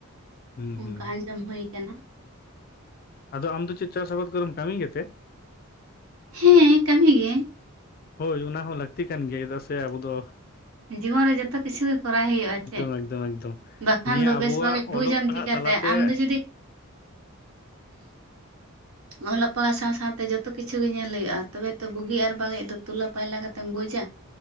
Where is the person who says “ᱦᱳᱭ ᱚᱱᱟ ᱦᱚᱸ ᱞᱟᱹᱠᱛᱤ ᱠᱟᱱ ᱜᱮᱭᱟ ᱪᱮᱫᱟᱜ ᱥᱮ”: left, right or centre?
Left